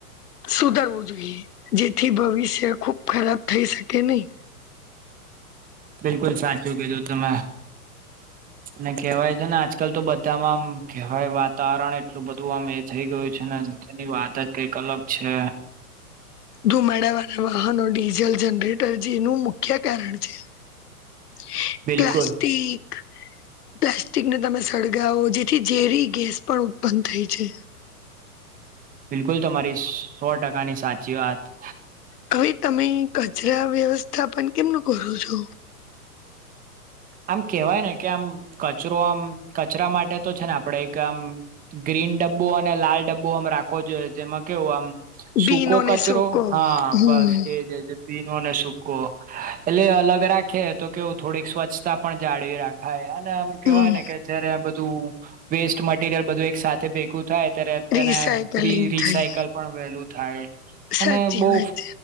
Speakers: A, on the left (about 80°); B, on the right (about 20°).
A: સુધરવું જોઈએ જેથી ભવિષ્ય ખુબ ખરાબ થઈ શકે નહી.
B: બિલકુલ સાચું કીધું તમે. અને કહેવાય છે ને આજકાલ તો બધામાં આમ કહેવાય વાતાવરણ એટલું બધું આમ એ. થઈ ગયું છે ને તેની વાત જ કઈક અલગ છે.
A: ધુમાડા વાળા વાહનો ડીઝલ જનરેટર જેનું મુખ્ય કારણ છે. હેઅ
B: બિલકુલ
A: પ્લાસ્ટિક. હવે પ્લાસ્ટિકને તમે સળગાવો જેથી ઝેરી ગેસ પણ ઉત્પન્ન થાય છે.
B: બિલકુલ તમારી સી સો ટકાની સાચી વાત.
A: હવે તમે કચરા વ્યવસ્થા પણન કેમનું કરો છો.
B: આમ કેહેવાય ને કે આમ કચરો આમ કચરા માટે તો છે ને આપડે એક આમ. ગ્રીન ડબ્બો અને લાલ ડબ્બો આમ રાખવો જોઈએ જેમાં કેવું આમ.
A: ભીનોને
B: સૂકો કચરો
A: સૂકો
B: હા
A: હમ
B: બસ એજજ. દીનો અને સુૂકો એટલે અલગ રાખે તો કેવું થોડીક સ્વચ્છ. સ્વરછતા પણ જાળવી રાખાય અને આમ કેવાય
A: હમ
B: ને કે. જયારે આ બધું વેસ્ટ મટીરિયલ બધું એક સાથે ભેગું થાય ત્યારે. તને
A: રિસાયકલિંગ
B: રી રી
A: થઈ
B: રસાઈકલ. પણ વેલું થાય
A: સાચી
B: અને બહુ
A: વાત